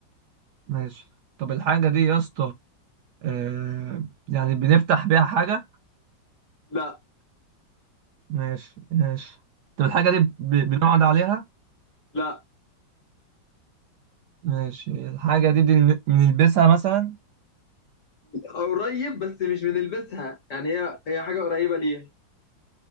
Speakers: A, on the right; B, on the left.
A: ماشي طب الحاجة دي يا اسطى آه، يعني بنفتح بيها حاجة
B: لا
A: ماشي ماشي طب الحاجة دي ب- بنقعد عليها
B: لا
A: ماشي الحاجة دي بن- بنلبسها مثلا
B: قريب بس مش بنلبسها يعني هي هي حاجه قريبه ليها